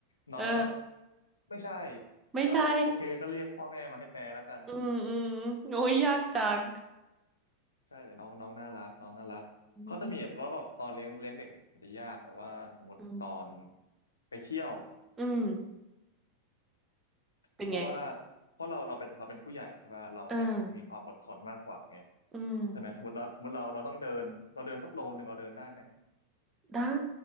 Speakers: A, on the left; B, on the right.
A: น้องก็แบบ
B: เออ
A: ไม่ใช่
B: ไม่ใช่
A: เอาโอเคก็เรียกพ่อแม่มาให้แปลแล้วกัน
B: อืมอืมโอ้ยยากจัง
A: ใช่แต่น้องน้องน่ารักน้องน่ารักเขาจะมีแบบแล้วก็ตอนเลี้ยงเลี้ยงเด็กจะยากแบบว่าสมมติตอน
B: อืมอืมอืม
A: ไปเที่ยว
B: อืมเป็นไง
A: เพราะว่าเพราะเราเราเป็นเราเป็นผู้ใหญ่ใช่ป่ะเราเราจะมีความอดทนมากกว่าไง
B: เอออืม
A: ใช่ไหมสมมติเราสมมติเราเราต้องเดินเราเดินสักโลนึงเราเดินได้ไหม
B: ได้